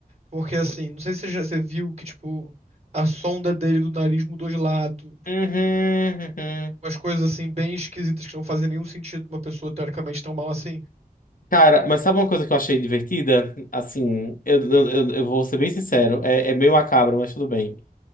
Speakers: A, on the right; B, on the left.
A: Porque, assim, não sei se você já você viu que, tipo, a sonda dele do nariz mudou de lado.
B: Uhum, uhum.
A: Umas coisas, assim, bem esquisitas que não fazem nenhum sentido pra uma pessoa teoricamente tão mal assim.
B: Cara, mas sabe uma coisa que eu achei divertida? Assim, eu, eu, eu- eu vou ser bem sincero. É, é meio macabro, mas tudo bem.